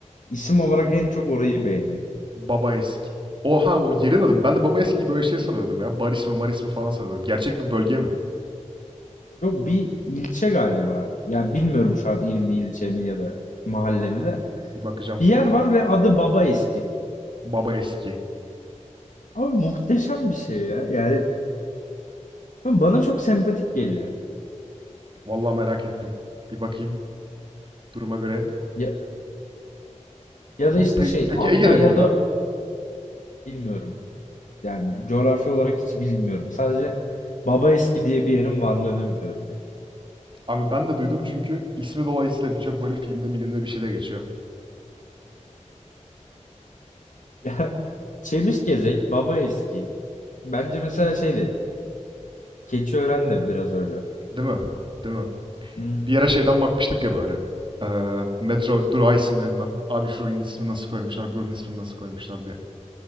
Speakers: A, on the left (about 85°); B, on the right (about 40°).
A: isim olarak en çok orayı beğeniyorum.
B: Babaeski. Oha o yerin adı mı? Ben de Babaeski'yi böyle şey sanıyordum ya. Bar ismi, mar ismi falan sanıyordum. Gerçek bir bölge mi?
A: Yok bir ilçe galiba. Yani bilmiyorum şu an il mi ilçe mi ya da mahalle mi de.
B: Bir bakacağım.
A: Bir yer var ve adı Baba Eski.
B: Babaeski.
A: Abi muhteşem bir şey ya. Yani bana çok sempatik geliyor.
B: Vallahi merak ettim. Bir bakayım duruma göre.
A: Ya, ya da işte
B: Pe-
A: şey
B: Peki
A: Antalya'da
B: Ege'de mi o da?
A: bilmiyorum. Yani coğrafya olarak hiç bilmiyorum. Sadece Baba Eski diye bir yerin varlığını biliyorum. yani.
B: Abi ben de duydum çünkü ismi dolayısıyla birçok böyle filmde milimde bir şeyde geçiyor.
A: <laughs> Ya Çemişgezek, Baba Eski. Bence mesela şey de Keçiören de biraz öyle.
B: Değil mi? Değil mi?
A: Hı
B: Bir yere şeyden bakmıştık ya böyle. Eee metro durağı isimlerinden. Abi şuranın ismini nasıl koymuşlar, buranın ismini nasıl koymuşlar diye.